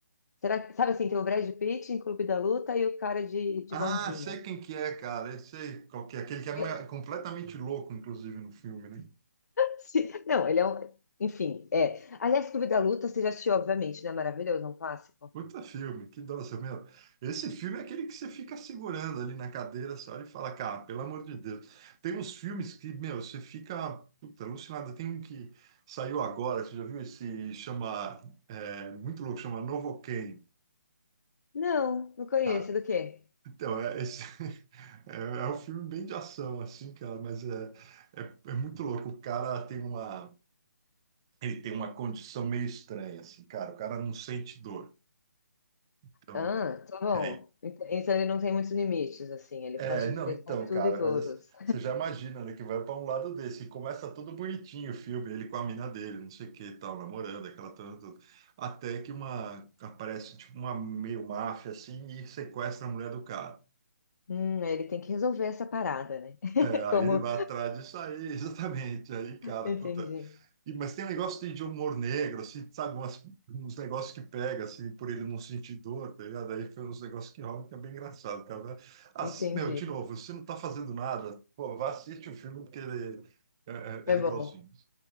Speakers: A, on the left; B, on the right.
A: Será que... Sabe assim, tem o Brad Pitt em Clube da Luta e o cara de, de
B: Ah,
A: bonzinho.
B: sei quem que é, cara, eu sei qual que é, aquele que é ma-
A: <laughs>
B: completamente louco, inclusive, no filme, né?
A: Sim, Não, ele é um... Enfim, é. Aliás, Clube da Luta, você já assistiu, obviamente, né? Maravilhoso, é um clássico.
B: Puta filme, que nossa, meu. Esse filme é aquele que você fica segurando ali na cadeira, você olha e fala, cara, pelo amor de Deus. Tem uns filmes que, meu, você fica, puta, alucinado. Tem um que saiu agora, você já viu esse, chama, é, muito louco, chama Novocaine.
A: Não, não conheço.
B: Ah,
A: é Do quê?
B: Então, é, é esse, <laughs> é, é um filme bem de ação, assim, cara, mas é, é, é muito louco. O cara tem uma, ele tem uma condição meio estranha, assim, cara. O cara não sente dor. Então,
A: Ah, tá bom.
B: é,
A: Ent- Então ele não tem muitos limites, assim. Ele
B: é,
A: pode enfrentar
B: não, então,
A: tudo
B: cara,
A: e todos.
B: mas esse- você já imagina, né, que vai para um lado desse. E começa todo bonitinho o filme, ele com a mina dele, não sei o que e tal, namorando, aquela toda, toda. Até que uma, aparece, tipo, uma meio máfia, assim, e sequestra a mulher do cara.
A: Hum, aí ele tem que resolver essa parada, né? <laughs>
B: É, aí
A: Como.
B: ele vai atrás disso aí, <laughs> exatamente. Aí, cara,
A: Entendi,
B: puta. E, mas tem um negócio de, de humor negro, assim, sabe? Umas, uns negócios que pega, assim, por ele não sentir dor, tá ligado? Aí foi uns negócios que rolam que é bem engraçado, cara. Assim,
A: entendi.
B: meu, de novo, você não tá fazendo nada, pô, vá assistir o filme porque ele é, é-
A: É
B: é legalzinho.
A: bom.